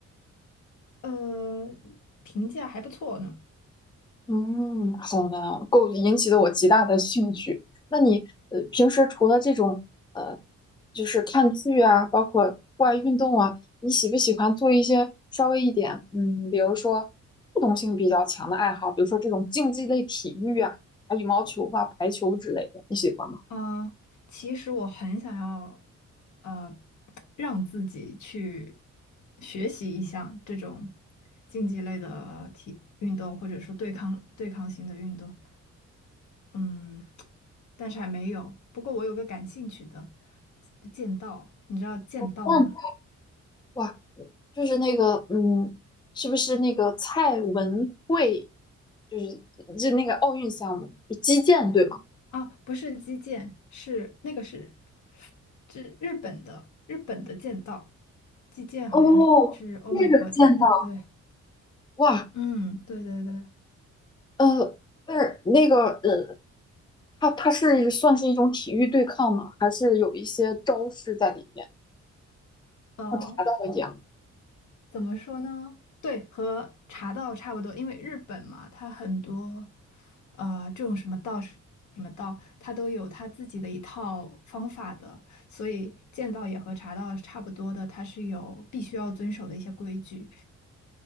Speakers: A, on the left; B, on the left.
A: 呃，评价还不错呢。
B: 嗯，好呢，够引起了我极大的兴趣。那你呃平时除了这种呃，就是看剧啊，包括户外运动啊，你喜不喜欢做一些稍微一点嗯，比如说互动性比较强的爱好，比如说这种竞技类体育啊，啊羽毛球啊、排球之类的，你喜欢吗？
A: 啊、呃其实我很想要，呃，让自己去学习一下这种竞技类的体运动，或者说对抗对抗性的运动。嗯，但是还没有。不过我有个感兴趣的剑道，你知道剑道吗？
B: 嗯。哇，就是那个，嗯，是不是那个蔡文慧，就是就那个奥运项目，就击剑对吗？
A: 啊，不是击剑，是那个是这日本的日本的剑道，击剑好像是欧美国家的。
B: 哦，那个剑道。
A: 对，
B: 哇，
A: 嗯，对对对，
B: 呃，但是那个，呃，它它是算是一种体育对抗吗？还是有一些招式在里面？
A: 哦，
B: 我查到了一样，
A: 怎么说呢？对，和茶道差不多，因为日本嘛，它很多，呃，这种什么道什么道，它都有它自己的一套方法的，所以剑道也和茶道是差不多的，它是有必须要遵守的一些规矩。